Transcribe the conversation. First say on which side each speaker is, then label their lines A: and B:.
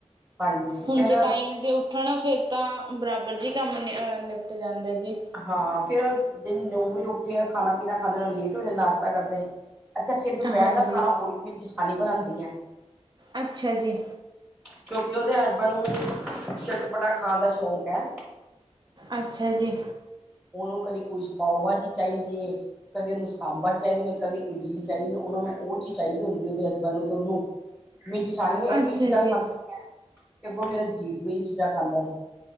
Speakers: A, in the centre; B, on the right.
A: ਹਾਂਜੀ
B: ਹੁਣ
A: ਫਿਰ
B: ਜੇ ਟਾਈਮ ਤੇ ਉੱਠ ਨਾ ਫਿਰ ਤਾਂ ਬਰਾਬਰ ਜੀ ਕੰਮ ਨਿ ਨਿਪਟ ਜਾਂਦਾ ਜੀ।
A: ਹਾਂ ਫੇਰ ਜਨ ਨੌ ਵਜੇ ਉੱਠੇ ਆ ਖਾਣਾ ਪੀਣਾ ਖਾਂਦੇ ਨਾਲ ਲੇਟ ਹੋ ਜਾਂ ਨਾਸ਼ਤਾ ਕਰਦੇ। ਅੱਛਾ ਫਿਰ ਦੁਪੈਰ
B: ਹਾਂਜੀ,
A: ਦਾ ਖਾਣਾ ਓ ਵੀ ਮੇਰੀ ਜਠਾਣੀ ਬਣਾਂਦੀ ਐ।
B: ਅੱਛਾ ਜੀ।
A: ਕਿਉਂਕਿ ਉਦੇ ਹਸਬੈਂਡ ਨੂੰ ਚਟਪਟਾ ਖਾਣ ਦਾ ਸ਼ੌਂਕ ਐ।
B: ਅੱਛਾ ਜੀ।
A: ਉਨੂੰ ਕਦੇ ਕੁਛ ਪਾਓ ਭਾਜੀ ਚਾਈਦੀ ਏ। ਕਦੇ ਉਨੂੰ ਸਾਂਬਰ ਚਾਈਦੇ ਨੇ ਕਦੇ ਇਡਲੀ ਚਾਈਦੀ ਉਨਾਂ ਨੂੰ ਓ ਚੀਜ਼ ਚਾਈਦੀ ਹੁੰਦੀ ਉਦੇ ਹਸਬੈਂਡ ਨੂੰ ਤੇ ਉਨੂੰ ਮੇਰੀ ਜਠਾਣੀ ਵੀ ਇਹੀ
B: ਅੱਛਾ
A: ਚੀਜ਼ਾਂ
B: ਜੀ,
A: ਖਾਂਦੀ ਅੱਗੋਂ ਮੇਰਾ ਜੇਠ ਵੀ ਇਹੀ ਚੀਜ਼ਾਂ ਖਾਂਦਾ ਏ।